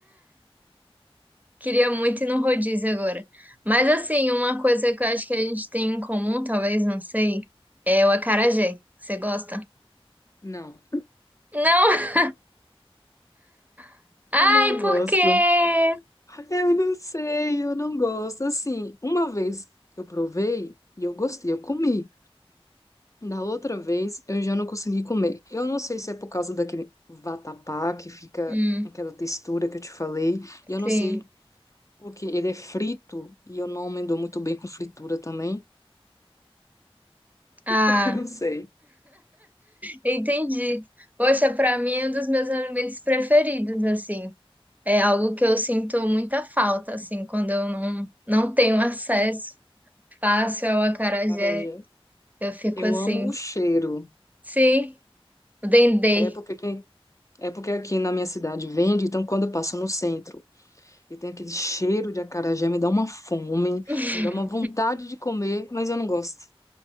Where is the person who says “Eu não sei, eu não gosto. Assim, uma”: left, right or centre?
Left